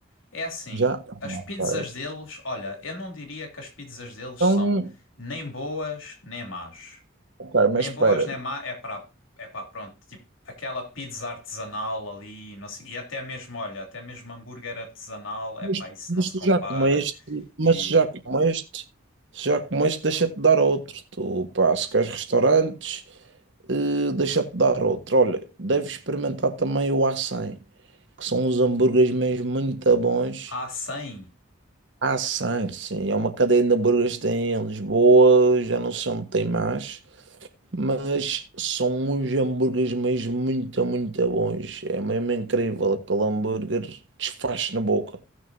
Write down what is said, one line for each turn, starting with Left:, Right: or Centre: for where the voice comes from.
Left: É assim,
Right: Já? Ah,
Left: as pizzas
Right: ok.
Left: deles, olha, eu não diria que as pizzas deles
Right: Então,
Left: são nem boas nem más.
Right: ok,
Left: Nem
Right: mas espera,
Left: boas nem má é para é para pronto, tipo aquela pizza artesanal ali, não sei, e até mesmo, olha, até mesmo hambúrguer artesanal, é
Right: mas,
Left: pá, isso
Right: mas
Left: não se
Right: tu
Left: compara.
Right: já comeste, mas
Left: E
Right: se já comeste, se já comeste, deixa-te dar outro, tu, pá, se queres restaurantes. Eh, Deixa-te dar outro. Olha, deves experimentar também o A100, que são uns hambúrgueres mesmo muito bons.
Left: há 100,
Right: A100, sim, é uma cadeia de hambúrgueres que tem em Lisboa, já não sei onde tem mais, mas são uns hambúrgueres mesmo muito, muito bons. É mesmo incrível, aquele hambúrguer desfaz na boca.